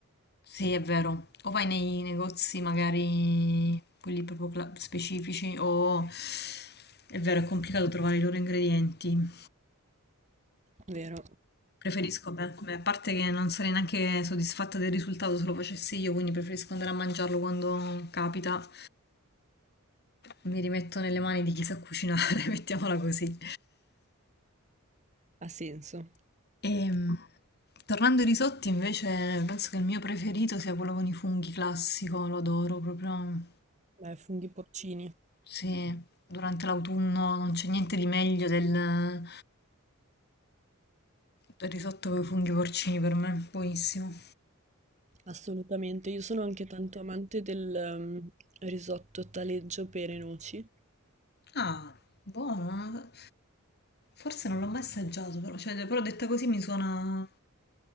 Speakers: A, on the left; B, on the right.
A: Sì, è vero. O vai nei negozi magari quelli proprio cla- specifici o è vero, è complicato trovare i loro ingredienti.
B: vero?
A: Preferisco, beh, beh, a parte che non sarei neanche soddisfatta del risultato se lo facessi io, quindi preferisco andare a mangiarlo quando capita. Mi rimetto nelle mani di chi sa cucinare, <laughs> mettiamola così.
B: Ha senso.
A: Ehm, tornando ai risotti, invece, penso che il mio preferito sia quello con i funghi classico, lo adoro proprio.
B: Beh, funghi porcini,
A: Sì, durante l'autunno non c'è niente di meglio del, del risotto con i funghi porcini per me, buonissimo.
B: assolutamente. Io sono anche tanto amante del ehm, risotto taleggio pere e noci.
A: Ah, buono. Forse non l'ho mai assaggiato, però, cioè, però detta così mi suona...